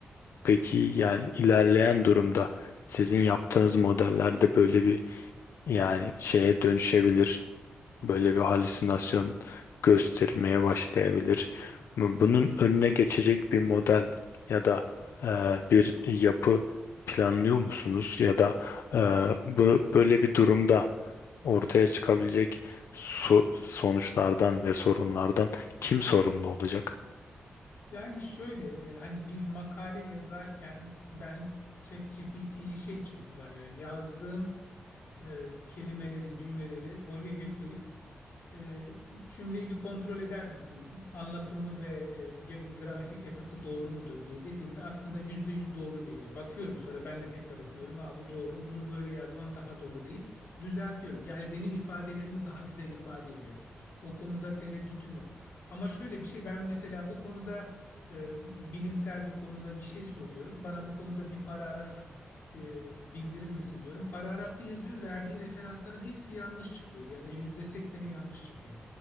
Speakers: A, on the left; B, on the left.
A: Peki yani ilerleyen durumda sizin yaptığınız modellerde böyle bir yani şeye dönüşebilir böyle bir halüsinasyon göstermeye başlayabilir. Bu- Bunun önüne geçecek bir model ya da e, bir yapı planlıyor musunuz? Ya da e, bu böyle bir durumda ortaya çıkabilecek so- sonuçlardan ve sorunlardan kim sorumlu olacak?
B: Yani şöyle e, hani bir makale yazarken ben ChatGPT'yi şey için kullanıyorum. Yazdığım e, kelimelerin cümleleri oraya yükleyip E, cümleyi bir kontrol eder misin? Anlatımı ve e, ge- gramatik yapısı doğru mudur diye dediğinde aslında yüzde yüz doğru veriyor. Bakıyorum sonra ben de tekrar okuyorum. Aa bu doğru, bunu böyle yazmam daha doğru deyip düzeltiyorum. Yani benim ifadelerimi daha güzel ifade ediyor. O konuda tereddütüm yok. Ama şöyle bir şey ben mesela bu konuda e, bilimsel bir konuda bir şey soruyorum. Bana bu konuda bir paragraf e, bildirir misin diyorum. Paragrafı yazıyor, verdiği referansların hepsi yanlış çıkıyor ya da yüzde sekseni yanlış çıkıyor.